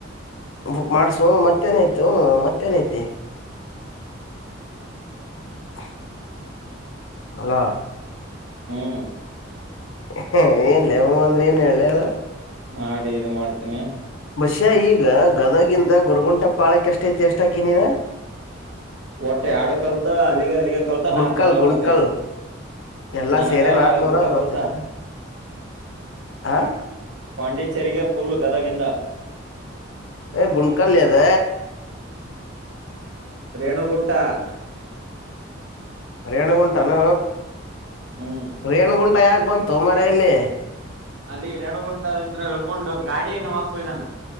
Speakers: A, on the left (about 75°); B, on the right (about 70°).
A: ಬುಕ್ ಮಾಡ್ಸೋ ಮತ್ತೇನ ಐತಿ ಹೂ ಮತ್ತೇನೈತಿ <unintelligible> ಅಲ್ಲ
B: ಹ್ಮ್
A: ಹ ಏನ್ಮ್ಮ ಅಂದ್ರೆ ಏನ್ ಹೇಳ ಹೇಳ
B: ಮಾಡಿ ಇ ಮಾಡ್ತೀನಿ
A: ಬಷ್ಯಾ ಈಗ ಗದಗಿಿಂದ ಗುರುಗುಂಟ ಪಾಳಕ್ಕೆ ಎಷ್ಟೈತಿ ಎಷ್ಟಾಕ ನೀನಾ
B: ಒಟ್ಟೆ ಎಡು ಕಲ್ತ ಅಲ್ಲಿ ಅಲ್ಲಿಗೇ ಕಲ್ತಾನಾ
A: ಗುಂಡ್ಕಲ್
B: ನಾಲ್ಕುನೂರ ಅರ್ವತೈದು
A: ಗುಂಡ್ಕಲ್ ಎಲ್ಲಾ
B: <inaudible> ನಾನಿನ್ಗೆ
A: ಸೇರೆನ್ ನಾಕ್ನೂರ ಅರವತ್ತೈದನ
B: ಕಲ್ತನ <inaudible>
A: ಆ
B: ಪಂಡಿಚರಿಗೆ ಫುಲ್ ಗದಾಗಿಂದ
A: ಹೇ ಗುಂಡ್ಕಲ್ ಲೇ ಅದ
B: ರೇಣುಗುಂಟಾ
A: ರೇಣಗುಂಟಾನ
B: ಹ್ಮ್
A: ವೇಣುಗುಂಟ ಯಾಕೆ ಬಂತು ಮಾರಾಯ ಇಲ್ಲಿ
B: ಅಲ್ಲಿ ರೇಣುಗುಂಟದಂತ್ರ ಹೇಳ್ಕೊಂಡು ಗಾಡಿ ಅಪ್ಪ ಇದಾನ